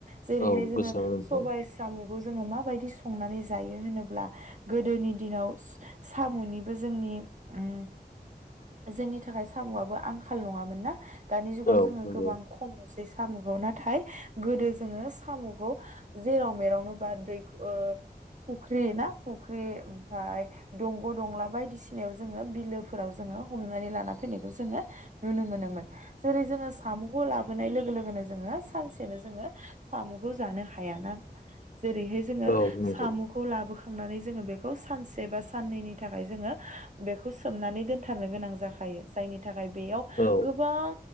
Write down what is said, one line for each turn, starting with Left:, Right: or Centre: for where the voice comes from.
Right: जेरैहाय
Left: औ
Right: जोङो
Left: गोसोआव नोंथां
Right: सबाइ सामु' खौ जोङो माबायदि संनानै जायो होनोब्ला गोदोनि दिनाव सामु'निबो जोंनि उम जोंनि थाखाय सामु'आबो आंखाल नङामोन ना? दानि जुगाव
Left: औ
Right: जोङो
Left: नंगौ
Right: गोबां कम नुसै। बे सामु'खौ नाथाय गोदो जोङो सामु'खौ जेराव मेरावनो बा दैख ओ फुख्रि ना फुख्रि ओमफाय दंग' दंला बायदिसिनायाव जोङो बिलोफोराव जोङो हमनानै लाना फैनायखौ जोङो नुनो मोनोमोन। जेरै जोङो सामु'खौ लाबोनाय लोगो लोगोनो जोङो सानसे सेनो जोङो सामु'खौ जानो हायाना। जेरैहाय जोङो
Left: औ नंगौ
Right: सामु'खौ लाबोखां थांनानै जोङो बेखौ सानसे बा साननैनि थाखाय जोङो बेखौ सोमनानै दोनथारनो गोनां जाखायो जायनि थाख थाखाय बेयाव
Left: औ
Right: गोबां